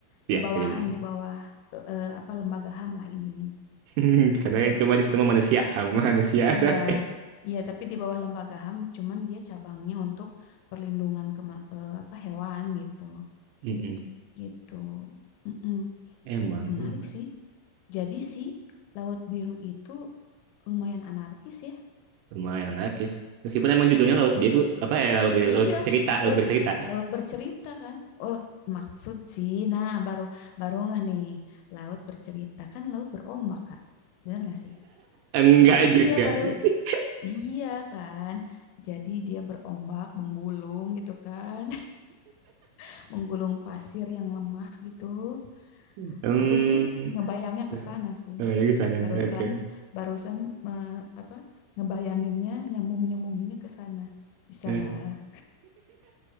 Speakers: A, on the right; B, on the left.
A: Iya,
B: di bawah
A: bisa dibilang.
B: HAM, di bawah eh, eh, apa lembaga HAM lah intinya
A: <laughs>
B: gitu.
A: Karena kan cuma di situ mah manusia, ham manusia. <laughs>
B: Iya,
A: sah.
B: iya tapi di bawah lembaga HAM, cuman dia cabangnya untuk perlindungan kema- eh, apa hewan gitu,
A: Mm-mm.
B: gitu. Mm-mm.
A: Emang
B: Menarik
A: sih lumayan,
B: sih. Jadi si Laut Biru itu lumayan anarkis ya.
A: lumayan anarkis. Meskipun emang judulnya Laut Biru, apa ya Laut Biru,
B: Iya,
A: Laut Bercerita, Laut
B: lewat
A: Bercerita.
B: laut bercerita kan. Oh, maksud sih. Nah, baru baru nggak nih laut bercerita kan laut berombak, Kak. Benar nggak sih?
A: Enggak
B: Iya,
A: juga
B: baru
A: sih. <laughs>
B: iya kan. Jadi dia berombak, menggulung gitu kan. <laughs> Menggulung pasir yang lemah gitu.
A: Hmm.
B: Aku sih ngebayangnya
A: ya.
B: ke sana sih.
A: Oh, ya di sana
B: Barusan
A: sih. Oke. oke.
B: barusan me- apa? Ngebayanginnya, nyambung-nyambunginnya ke sana. Bisa
A: Eh,
B: lah.